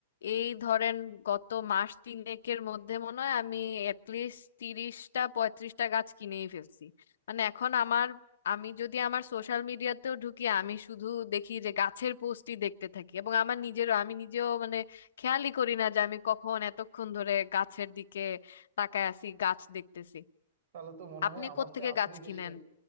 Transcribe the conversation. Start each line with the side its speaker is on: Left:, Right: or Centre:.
Left: এই ধরেন গত মাস তিনেকের মধ্যে মনে হয় আমি অ্যাটলিস্ট তিরিশটা পঁয়ত্রিশটা গাছ কিনেই ফেলছি মানে এখন আমার আমি যদি আমার সোশ্যাল মিডিয়াতেও ঢুকি আমি শুধু দেখি যে গাছের পোস্টই দেখতে থাকি এবং আমার নিজেরও আমি নিজেও মানে খেয়ালই করি না যে আমি কখন এতক্ষণ ধরে গাছের দিকে তাকায় আছি গাছ দেখতেছি
Right: তাহলে তো মনে
Left: আপনি
Right: হয় আমার
Left: কোত্থেকে
Right: চেয়ে আপনি
Left: গাছ
Right: বেশি
Left: কিনেন